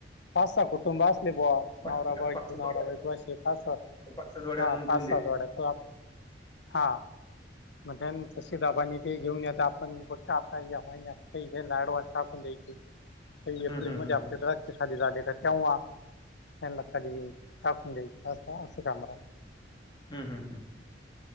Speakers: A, on the left (about 70°); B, on the left (about 25°).
A: पाच सहा कुटुंब असले बुआ
B: पाच
A: नवरा बायको
B: पाच जोड्या
A: नवरा बायको अशी पाच सहा
B: पाच जोड्या आणून
A: हा
B: ठेवून
A: पाच
B: देते
A: सहा जोड्या. हा. मध्यानि तशी दाबानी ते घेऊन आता आपण फक्त आता हाताने दाबायचे इथं लाड वाश टाकून द्यायची.
B: <inaudible>
A: एप्रिल मध्ये
B: हम्म.
A: आपले ट्रक खाली जाले का तेव्हा त्यान्ला खाली घ्यायचे टाकून द्यायचे. पाच सहा असं कमरा
B: हम्म हम्म हम्म.